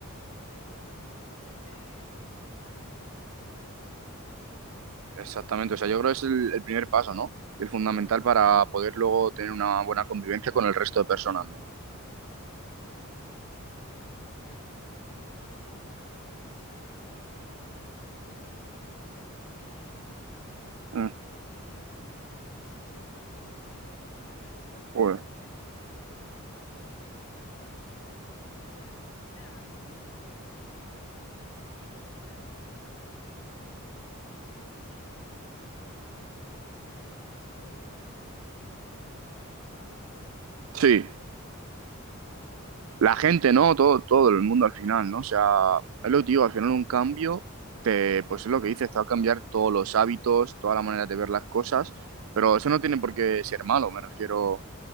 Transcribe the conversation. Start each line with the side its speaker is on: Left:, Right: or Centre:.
Left: Por supuesto, siempre debemos pensar en estar bien para estar bien con los demás.
Right: Exactamente. O sea, yo creo que es el, el primer paso, ¿no? El fundamental para poder luego tener una buena convivencia con el resto de personas, ¿no?
Left: Exactamente, exactamente. Y bueno, nada, de- como te decía, he tenido muchos cambios en mi vida, como también, no sé, cambiar de país.
Right: Mm,
Left: eh, ta- eh, este es mi segundo divorcio, o sea que al- algo tengo
Right: joder.
Left: que aprender. <laughs> Eh, pero bueno, nada, es enriquecimiento siempre. Y nada, el cambiar de país también es una transición difícil porque cambias eh, de cultura, de formas de, de ver las cosas, las comidas,
Right: Sí.
Left: formas
Right: La
Left: de hablar,
Right: gente, ¿no? Todo, todo el mundo al final, ¿no? O sea, es lo que te digo, al final un cambio, te, pues es lo que dices, te va a cambiar todos los hábitos, toda la manera de ver las cosas, pero eso no tiene por qué ser malo, me refiero.